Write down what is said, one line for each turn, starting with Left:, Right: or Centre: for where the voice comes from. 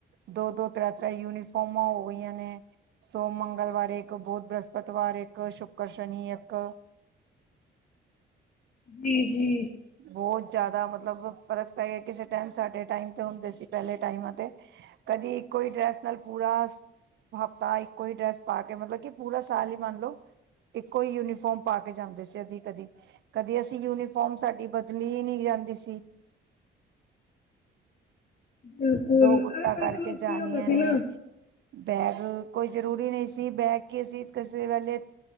Right: ਦੋ- ਦੋ, ਤਰੇ- ਤਰੇ ਯੂਨੀਫੋਮਾਂ ਹੋ ਗਈਆਂ ਨੇ ਸੋਮ, ਮੰਗਲਵਾਰ ਇੱਕ ਬੁਧ, ਬ੍ਰਹਸਪਤਵਾਰ ਇੱਕ ਸ਼ੁਕਰ, ਸ਼ਨੀ ਇੱਕ
Left: ਬੀਜੀ।
Right: ਬਹੁਤ ਜ਼ਿਆਦਾ ਮਤਲਬ ਫਰਕ ਪੈ ਗਿਆ ਕਿਸੇ ਟਾਈਮ ਸਾਡੇ ਟਾਈਮ ਤੇ ਹੁੰਦੇ ਸੀ ਪਹਿਲੇ ਟਾਈਮਾਂ ਤੇ ਕਦੀ ਇੱਕੋ ਹੀ ਡਰੈਸ ਨਾਲ ਪੂਰਾ ਹਫ਼ਤਾ ਇੱਕੋ ਹੀ ਡਰੈਸ ਪਾ ਕੇ ਮਤਲਬ ਕਿ ਪੂਰਾ ਸਾਲ ਹੀ ਮੰਨ ਲਓ ਇੱਕੋ ਈ ਯੂਨੀਫੋਮ ਪਾ ਕੇ ਜਾਂਦੇ ਸੀ ਅਦੀ ਕਦੀ-ਕਦੀ ਅਸੀਂ ਯੂਨੀਫੋਮ ਸਾਡੀ ਬਦਲੀ ਨਈ ਜਾਂਦੀ ਸੀ।
Left: ਬਿਲਕੁਲ
Right: ਦੋ ਗੱਤਾਂ
Left: ਅਰੇ ਪਹਿਲੇ
Right: ਕਰਕੇ
Left: ਤਾਂ ਲੋਕ
Right: ਜਾਣੀਆਂ
Left: ਕੀ ਹੁੰਦਾ ਸੀ
Right: ਨੇ
Left: ਨਾ
Right: ਬੈਗ ਕੋਈ ਜ਼ਰੂਰੀ ਨਈ ਸੀ ਬੈਗ ਕੀ ਅਸੀਂ ਕਿਸੇ ਵੇਲੇ